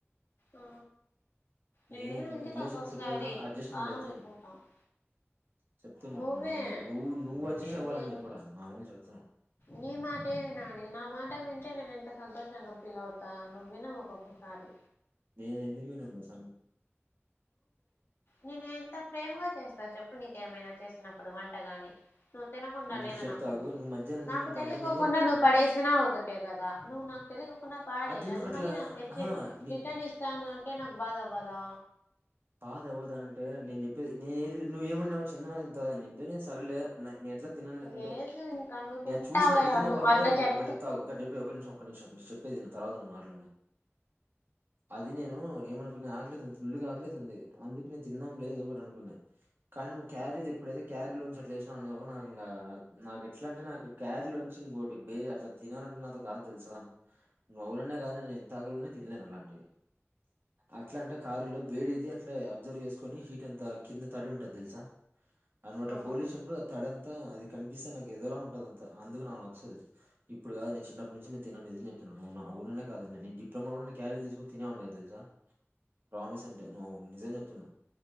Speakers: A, on the left; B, on the right.
A: ఆ నేను
B: నిజం చెప్పంటే
A: ఉందిగా
B: రిలేషన్స్
A: ఒక్కొక్కసారి
B: ఎప్పుడైనా అడ్జస్ట్మెంట్
A: <inaudible>
B: అయితేనే చెప్తున్నా
A: నువ్వే
B: మాముూలుగా నువ్వు నువ్వు అడ్జెస్ట్
A: నేను
B: అవ్వాలని చెప్పలే మాముూలుగా చెప్తున్నా
A: నీ మాటే వినాలి నా మాట వింటే నేను సంతోషంగా ఫీల్ అవుతా నువ్ వినవు ఒక్కొక్కసారి
B: నేను ఎందుకు <unintelligible>
A: నేను ఎంత ప్రేమగా చేస్తా చెప్పు నీకేమైనా చేసినప్పు అప్పుడు వంటగాని నువ్వు తినకుండా
B: ఇప్పుడు
A: లేదు
B: చెప్తా
A: నాకు
B: ఆగు నువ్వు మధ్యాహ్నం నిజం
A: నాకు
B: చెప్పాలంటే
A: తెలియకోకుండా
B: నేను
A: నువ్వు పడేసినా ఒకటే కదా నువ్వు నాకు తెలియకుండా పాడే
B: అదెందుకట్లా
A: అది మళ్ళీ నాకు తెచ్చి
B: ఆహా నీకు
A: రిటర్న్ ఇస్తాను అంటే నాకు బాధ అవ్వదా
B: బాద పోవుతా అంటే నేను చెప్పేది నేనుది నువ్వు ఏమన్నావు చిన్నదైద్ధ అద నేను సరలే నేను ఎట్లా తినాలి అంటే
A: లేదు ఇంకా నువ్వు తింటావే
B: నేను చూసిన నిజం
A: నువ్వు
B: చెప్పాలంటే
A: అట్లా చెప్తే
B: ఒకటి చెప్తా ఆగు ఒకటి చెప్పి ఒక నిమిషం ఒక నిమిషం చెప్ చెప్పేది విను తర్వాత నువ్వు మాట్లాడు అది నేను ఏమనుకున్నా ఆకలైతుంది ఫుల్గా ఆకలేతుంది అందుకు నేను తిన్నంలే ఏదో ఒకటి అనుకున్నాను కానీ క్యారేజ్ ఎప్పుడైతే క్యారీ లో నుంచి అట్లా వ్వ నాక నాకు ఎట్లా అంటే నాకు క్యారీలో నుంచి ఇంకోటి బే అట్లా తినాలంటే నాతో కాదు తెలుసా నువ్వు అవునన్నా కాదన్న నేను ఎంత ఆకలున్నా తినలేను అలాంటివి అట్లా అంటే కారులో వేడేది అట్లా అబ్జర్వ్ చేసుకుని హీట్ ఎంత కింద తడి ఉంటది తెలుసా అని అట్లా
A: ఆ
B: బోలిచ్చినప్పుడు తడంత అంత అది కనిపిస్తే నాకు ఎదోలా ఉంటదంతా అందుకు నాకు నచ్చది ఇప్పుడు కాదు నేను చిన్నప్పటి నుంచి నేను తిననిది చెప్పను చెప్తున్న నువ్వు అవునన్నా కాదన్న నేను డిప్లోమాలోనే క్యారేజ్ తీసుకుని తినేవాను కాదు తెలుసా ప్రామిస్ అంటే నువ్వు నిజం చెప్పు